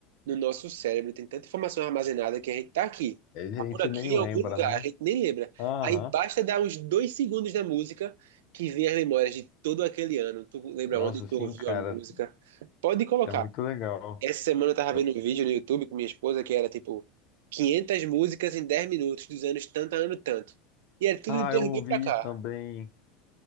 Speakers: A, on the right; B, on the left.
A: no nosso cérebro tem tanta informação armazenada que a gente tá aqui,
B: A gente
A: tá por aqui
B: nem
A: em
B: lembra,
A: algum lugar,
B: né?
A: a gente nem lembra.
B: Aham.
A: Aí basta dar uns dois segundos da música que vem as memórias de todo aquele ano. Tu lembra
B: Nossa,
A: onde tu
B: sim,
A: ouviu
B: cara.
A: a música? Pode colocar.
B: Isso é muito legal.
A: Essa semana eu tava
B: Eu-
A: vendo um vídeo no YouTube com minha esposa que era tipo 500 músicas em 10 minutos, dos anos tanto a ano tanto. E era tudo
B: ah,
A: de 2000
B: eu ouvi
A: pra cá.
B: também.